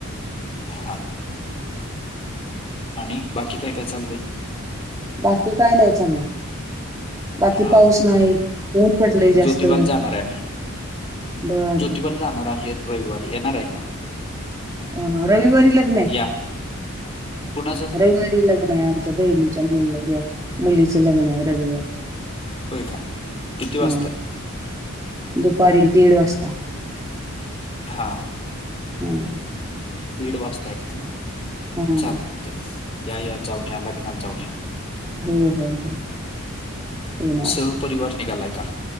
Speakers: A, on the left; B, on the right.
A: हा. आणि बाकी काय काय चाललंय?
B: बाकी काय नाही चालले बाकी
A: हा
B: पाऊस नाही ऊन पडलय
A: ज्योतिबाला
B: जास्त
A: जाणार आहे आम्ही
B: बर
A: ज्योतिबाला जाणार आहे रविवारी येणार आहे का?
B: अ रविवारी लग्न आहे.
A: या कुणा
B: गडी लग्न आहे आमच्या बहिणीच्या मुलला घ्या मुलीच लग्न आहे रविवार
A: होय का किती वाजता
B: हम
A: आहे
B: दुपारी दीड वाजता
A: हा
B: हां,
A: दीड वाजताय का
B: हां.
A: चाल या या जाऊन या लग्नाला जाऊन या
B: हो हो हो येणार.
A: सहपरिवार निघालाय का?